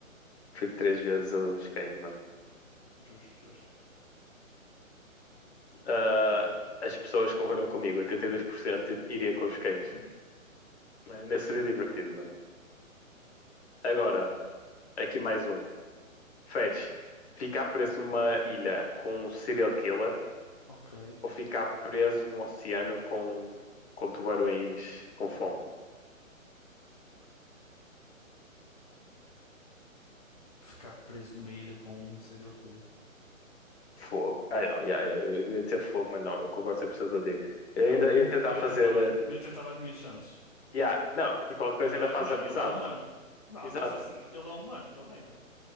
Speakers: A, on the left; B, on the left.
A: Fui três vezes os cães, mano.
B: Justo, justo.
A: Ah, as pessoas concordam comigo, 82% iria com os cães. Mano, ainda seria divertido, mano. Agora, aqui mais um. Feres, ficar preso numa ilha com um serial killer
B: Ok.
A: ou ficar preso num oceano com, com tubarões com fome?
B: Ficar preso numa ilha com um serial killer.
A: Fogo. Ai não, yeah, eu, eu ia dizer fogo, mas não, eu concordo 100% contigo. Eu
B: É
A: ainda
B: um
A: ia tentar
B: e eu
A: fazer.
B: tentava
A: eh,
B: as, mi- eu tentava as minhas chances.
A: Yeah, não, e qualquer coisa
B: Ele
A: ainda
B: é,
A: fazes
B: mano,
A: amizade,
B: ele é humano.
A: mano.
B: Não,
A: Exato.
B: pensa assim, ele é humano também, mano.